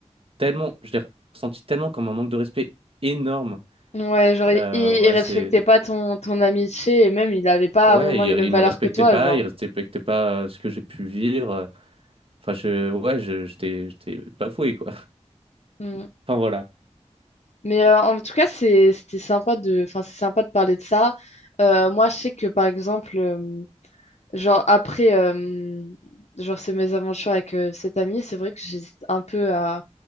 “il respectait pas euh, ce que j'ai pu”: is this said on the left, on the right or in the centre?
Right